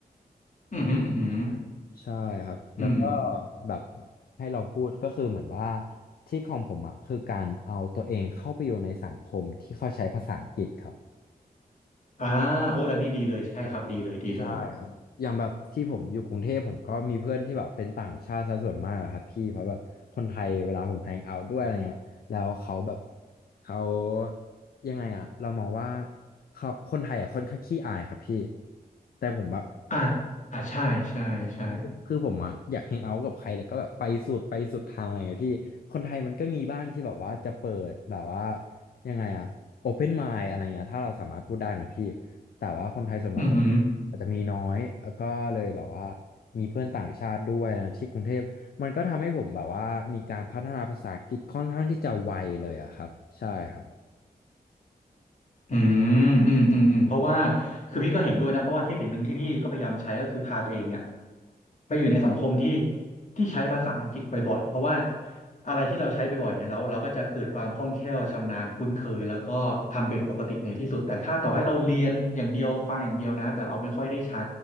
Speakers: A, on the left (about 50°); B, on the left (about 70°).
A: อหืมออืม
B: ใช่ครับแล้วก็
A: อหืมอืม
B: แบบให้เราพูดก็คือเหมือนว่าที่ของผมอ่ะคือการเอาตัวเองเข้าไปอยู่ในสังคมที่เขาใช้ภาษาอังกฤษครับ
A: อ่าโอ้ยอันนี้ดีเลยใช่ครับดีเลยดีเลย
B: ใช่ครับ อย่างแบบที่ผมอยู่กรุงเทพผมก็มีเพื่อนที่แบบเป็นต่างชาติซะส่วนมากอะครับพี่เพราะแบบคนไทยเวลาผมแฮงเอาท์ด้วยอะไรเงี้ยแล้วเขาแบบเขายังไงอะเรามองว่าเขาคนไทยอะค่อนข้างขี้อายครับพี่แต่ผมแบบ
A: อ่าอ่าใช่ใช่ใช่
B: คือผมอะอยากแฮงเอาท์กับใครแล้วก็แบบไปสุดไปสุดทางอะไรอย่างเงี้ยพี่คนไทยมันก็มีบ้างที่แบบว่าจะเปิดแบบว่ายังไงอะโอเพนไมล์อะไรเงี้ยถ้าเราสามารถพูดได้นะพี่แต่ว่าคนไทยส่วนมากก็
A: อืม
B: อาจจะมีน้อยแล้วก็เลยแบบว่ามีเพื่อนต่างชาติด้วยนะที่กรุงเทพมันก็ทำให้ผมแบบว่ามีการพัฒนาภาษาอังกฤษค่อนข้างที่จะไวเลยอะครับใช่ครับ
A: อืมอืมอืมอืมเพราะว่าคือพี่ก็เห็นด้วยนะเพราะว่าเทคนิคหนึ่งที่พี่ก็พยายามใช้ก็คือพาตัวเองเนี่ยไปอยู่ในสังคมที่ที่ใช้ภาษาอังกฤษบ่อยๆเพราะว่าอะไรที่เราใช้บ่อยๆเนี่ยเราเราก็จะเกิดความคล่องแคล่วชำนาญคุ้นเคยแล้วก็ทำเป็นปกติในที่สุดแต่ถ้าต่อให้เราเรียนอย่างเดียวฟังอย่างเดียวนะแต่เราไม่ค่อยได้ใช้